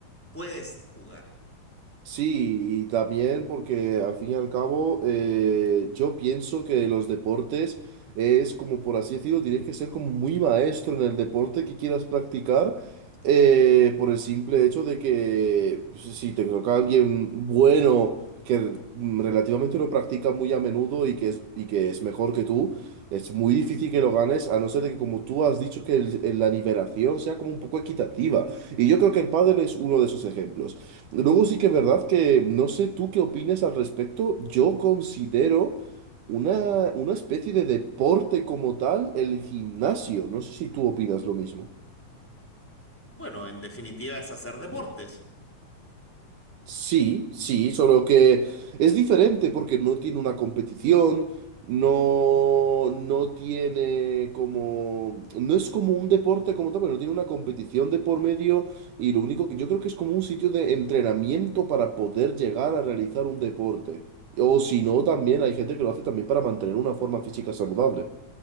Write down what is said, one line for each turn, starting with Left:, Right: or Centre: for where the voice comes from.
Centre: puedes jugar.
Right: Sí, y también porque al fin y al cabo eh, yo pienso que los deportes es como por así decirlo, tienes que ser como muy maestro en el deporte que quieras practicar eh, por el simple hecho de que si si te toca alguien bueno que mm, relativamente lo practica muy a menudo y que es, y que es mejor que tú, es muy difícil que lo ganes a no ser de que como tú has dicho que el- la nivelación sea como un poco equitativa. Y yo creo que el pádel es uno de esos ejemplos. Luego sí que es verdad que no sé tú qué opinas al respecto. Yo considero una, una especie de deporte como tal el gimnasio. No sé si tú opinas lo mismo.
Centre: Bueno, en definitiva es hacer deportes.
Right: Sí, sí, solo que es diferente porque no tiene una competición, no, no tiene como, no es como un deporte como tal, pero no tiene una competición de por medio y lo único que yo creo que es como un sitio de entrenamiento para poder llegar a realizar un deporte. O si no, también hay gente que lo hace también para mantener una forma física saludable.